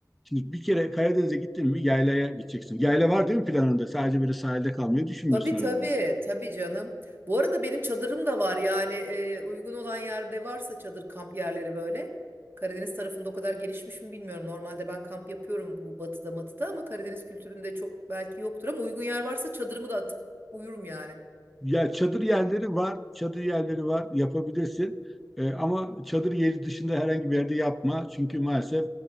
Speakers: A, in the centre; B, on the right.
A: Şimdi bir kere Karadeniz'e gittin mi yaylaya gideceksin. Yayla var değil mi planında? Sadece böyle sahilde kalmayı düşünmüyorsun
B: Tabii tabii
A: herhalde.
B: tabii canım. Bu arada benim çadırım da var yani e, uygun olan yerde varsa çadır kamp yerleri böyle. Karadeniz tarafında o kadar gelişmiş mi bilmiyorum. Normalde ben kamp yapıyorum bu batıda matıda ama Karadeniz kültüründe çok belki yoktur ama uygun yer varsa çadırımı da atıp uyurum yani.
A: Ya çadır yerleri var, çadır yerleri var yapabilirsin. E, ama çadır yeri dışında herhangi bir yerde yapma. Çünkü maalesef